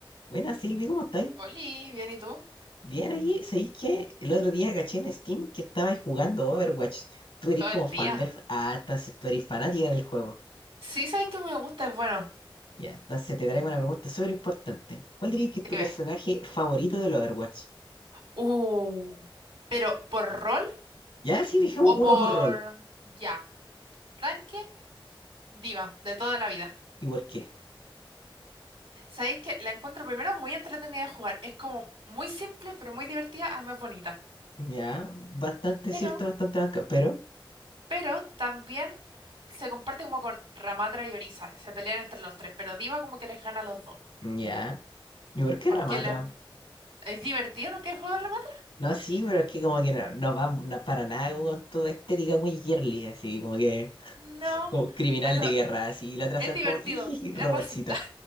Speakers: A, on the left; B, on the right.
A: Buenas, Silvi, ¿cómo estáis?
B: Oli, bien, ¿y tú?
A: Bien aquí, ¿sabéis que El otro día caché en Steam que estabais jugando Overwatch. Tú eres
B: Todo
A: como
B: el
A: fan
B: día.
A: del... Ah, entonces tú eres fanática del juego.
B: Sí, sabes que me gusta, es bueno.
A: Ya, entonces te traigo una pregunta súper importante. ¿Cuál dirías que
B: Dime.
A: es tu personaje favorito del Overwatch?
B: Uh, pero ¿por rol
A: Ya, sí, dejemos
B: o
A: uno
B: por
A: por rol.
B: ya? Tanque, diva, de toda la vida.
A: ¿Y por qué?
B: Sabéis que la encuentro primero muy entretenida de jugar. Es como muy simple, pero muy divertida, además bonita.
A: Ya, bastante cierto,
B: Pero,
A: bastante banca, pero...
B: pero también se comparte como con Ramatra y Orisa. Se pelean entre los tres, pero diva como que les gana a los dos.
A: Ya. ¿Y por qué
B: Porque
A: Ramatra?
B: la- es divertido, ¿nunca he jugado a Ramatra?
A: No, sí, pero es que como que no, no va no para nada como con tu estética muy girly, así como que...
B: No,
A: como criminal
B: pero
A: de guerra, así, y la otra
B: es
A: son
B: divertido,
A: como, ¡ijiji! Robotcita.
B: es racista.